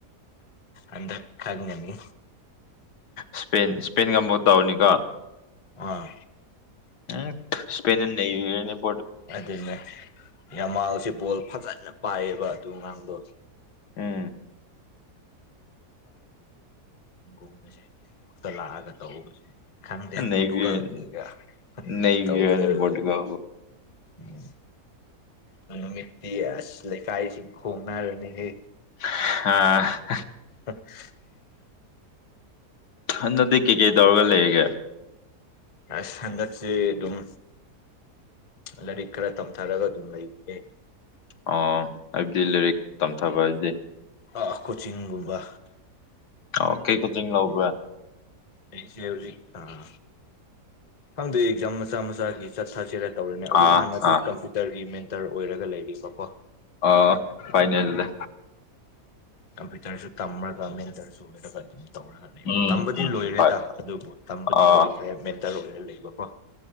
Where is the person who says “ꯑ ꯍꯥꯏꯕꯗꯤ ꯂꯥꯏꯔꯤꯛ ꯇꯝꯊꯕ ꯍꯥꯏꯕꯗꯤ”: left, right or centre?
Left